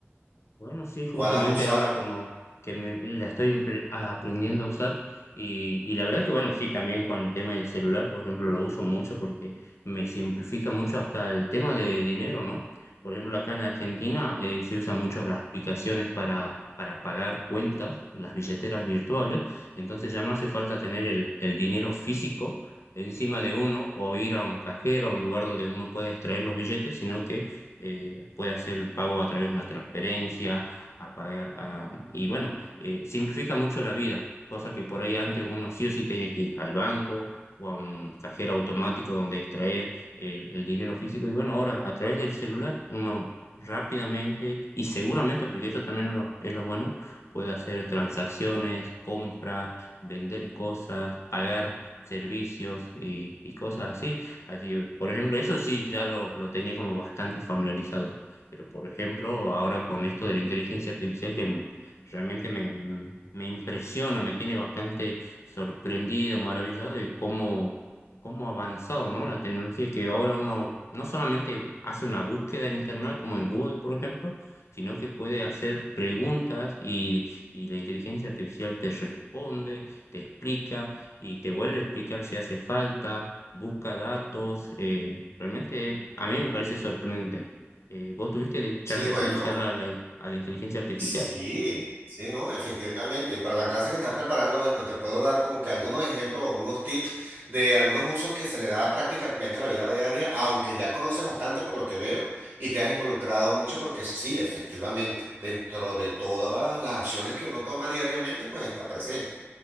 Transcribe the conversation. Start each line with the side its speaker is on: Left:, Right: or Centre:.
Left: Bueno, sí, justamente
Right: ¿cuál has usado?
Left: ahora como que me, la estoy empre- aprendiendo a usar y, y la verdad que bueno, sí, también con el tema del celular, por ejemplo, lo uso mucho porque me simplifica mucho hasta el tema de dinero, ¿no? Por ejemplo, acá en Argentina eh, se usan mucho las aplicaciones para, para pagar cuentas, las billeteras virtuales, entonces ya no hace falta tener el, el dinero físico encima de uno o ir a un cajero, a un lugar donde uno pueda extraer los billetes, sino que eh, puede hacer el pago a través de una transferencia, a pagar, a- y bueno, eh, simplifica mucho la vida, cosa que por ahí antes uno sí o sí tenía que ir al banco o a un cajero automático donde extraer el, el dinero físico, y bueno, ahora a través del celular uno rápidamente y seguramente, porque eso también lo- es lo bueno, puede hacer transacciones, compras, vender cosas, pagar servicios y, y cosas así. Así, por ejemplo, eso sí ya lo, lo tenía como bastante familiarizado, pero por ejemplo, ahora con esto de la inteligencia artificial que m- realmente me, me impresiona, me tiene bastante sorprendido, maravillado de cómo, cómo ha avanzado, ¿no? La tecnología que ahora uno no solamente hace una búsqueda en internet como en Google, por ejemplo, sino que puede hacer preguntas y, y la inteligencia artificial te responde, te explica y te vuelve a explicar si hace falta busca datos. eh, realmente a mí me parece sorprendente. Eh, ¿vos tuviste chance
Right: Sí, bueno.
Left: así de usar la, la- a la inteligencia artificial?
Right: Sí, sí, no, efectivamente. Y para la clase que estás preparando, bueno, te puedo dar como que algunos ejemplos o unos tips de algunos usos que se le da prácticamente a la vida diaria, aunque ya conoces bastante por lo que veo y te has involucrado mucho porque sí, efectivamente, dentro de todas las acciones que uno toma diariamente, pues está presente.